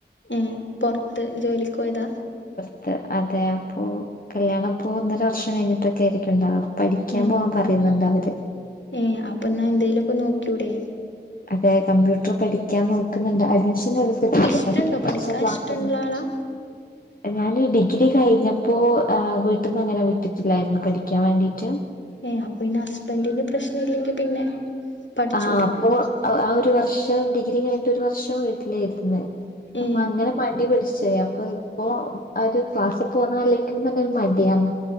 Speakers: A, on the left; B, on the left.
A: ഏ പുറത്ത് ജോലിക്ക് പോയതാ
B: അത അതെ അപ്പൊ കല്യാണ ഇപ്പോ ഒന്നര വർഷം കഴിഞ്ഞിട്ടൊക്കെ ആയിരിക്കും ഉണ്ടാവുക പഠിക്കാൻ
A: ഏ
B: പോവാൻ പറയുന്നുണ്ട് അവര്
A: ഏ അപ്പൊ എന്നാ എന്തേലുമൊക്കെ നോക്കൂടെയേ
B: അതെ കമ്പ്യൂട്ടർ പഠിക്കാൻ നോക്കുന്നുണ്ട് അ <unintelligible>
A: ഇഷ്ടണ്ടോ പഠിക്കാൻ ഇഷ്ടള്ള ആളാ
B: ഞാാന് ഡിഗ്രി കഴിഞ്ഞപ്പോ വീട്ടിൽന്ന അങ്ങനെ വിട്ടിട്ടില്ലായിരുന്നു പഠിക്കാൻ വേണ്ടിട്ട്
A: ഏയ് അപ്പൊ പിന്നെ ഹസ്ബൻഡറിന്റെ പ്രശ്നം ഇല്ലെങ്കിൽ പിന്നെ പഠിച്ചൂടെ
B: ആഹ അപ്പൊ ആ ഒരു വർഷം ഡിഗ്രി കഴിഞ്ഞിട്ട് ഒരു വർഷം വീട്ടിലിരുന്ന്
A: ഏ
B: അപ്പൊ അങ്ങനെ മടി പിടിച്ചു അപ്പൊ ഇപ്പൊ ഒരു ക്ലാസ്സിൽ പോവുന്ന ആലോചികുമ്പോ തന്നെ ഒരു മടിയാണ്